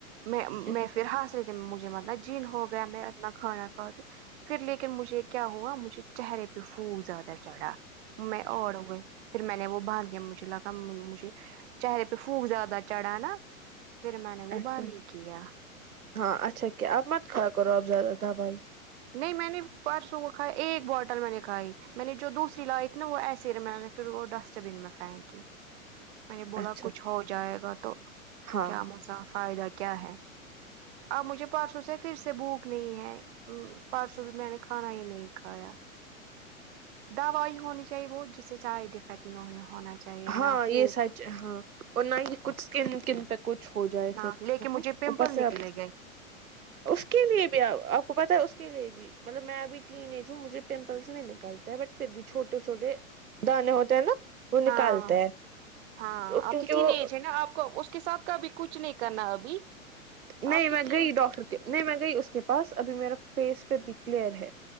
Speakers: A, on the right (about 50°); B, on the right (about 85°).
A: میں
B: اچھا
A: میں پھر ہاستے مجھے متنا جن ہو گیا میں اتنا کھانا کتی پھر لیکن مجھے کیا ہوا مجھے چہرے پہ پوول زیادہ چڑھا میں اور ہو گئی پھر میں نے وہ باند دیا مجھے لگا مجھے چہرے پہ پھونک زیادہ چڑھا نا پھر میں نے وہ
B: اچھا
A: باند
B: اچھا
A: ہی کیا
B: ہاں اچا کہ آپ ما ک خیا کرو آپ زیادہ دوائ
A: نہیں میں نے پرسوں وہ کھ ایک بوٹل میں نے کھائی میں نے جو دوسری لائی تھی نا وہ ایسے میں پھر وہ ڈسٹ بین میں پھینک میں نے بولا
B: اچھا
A: کچھ ہو جائے گا تو
B: ہاں
A: کیا مسا فائدہ کیا ہے اب مجھے پرسوں سے پھر سے بھوک نہیں ہے ہ پرسو بھی میں نے کھانا ہی نہیں کایا دوائی ہونی چاہیے وہ جس سے سائڈ افیکٹ ہونا چاہیے
B: ہاں
A: نہ پھوک
B: یہ سچ ہاں اور نہ یہ کچھ کن کن پہ کچھ ہو جائے
A: ہاں
B: پھر
A: لیکن
B: نا
A: مجھے پمپل
B: اوپر سے
A: نکلے
B: آ
A: گئے
B: اس کے لیے بھی آپ کو پت ہے اس کے لیے بھی مطلب میں اب ٹین ایج ہوں مجھے پمپلس نہیں نکلتا بٹ پھر بھی چھوٹے چھوٹے دانے ہوتے ہیں نا <unintelligible> نکالتے
A: ہاں
B: ہیں
A: ہاں آپ
B: کیونکہ
A: کی
B: وہ
A: تین ایج ہے نا آپ اس کے ساتھ کابھی کچھ نہیں کرنا ابھی
B: نہیں
A: آپ کی
B: میں
A: تین
B: گئی ڈاکٹر کے نہیں میں گئی اس کے پاس ابھی میرا فیس پھر بھی کلیئر ہے